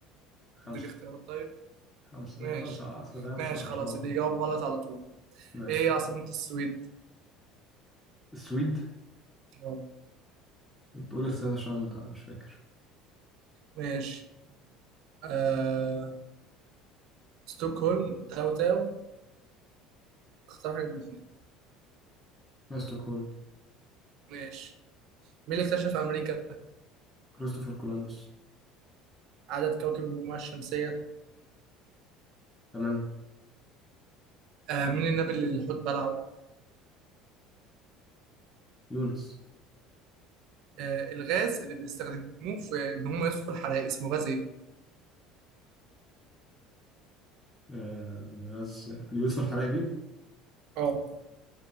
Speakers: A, in the centre; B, on the right (about 60°).
A: خمسة
B: اديني اختيارات طيب
A: خمسة
B: ماشي
A: إيه خمسة أصل فاهم
B: ماشي
A: مش عشان
B: خلاص اللي يجاوب غلط على طول
A: ماشي
B: ايه هي عاصمة السويد
A: السويد
B: اه
A: بقول اختيارات عشان أنا مش فاكر
B: ماشي آه... ستوكهولم تاو تاو اختار حاجة من الاثنين
A: ما ستوكهولم
B: ماشي مين اللي اكتشف امريكا
A: كريستوفر كولومبوس
B: عدد كواكب المجموعة الشمسية
A: تمام
B: آه... مين النبي اللي الحوت بلعه
A: يونس
B: آه... الغاز اللي بيستخدموه في ان هم يطفوا الحرائق اسمه غاز ايه
A: آه غاز اليوسف الحرائبي
B: اه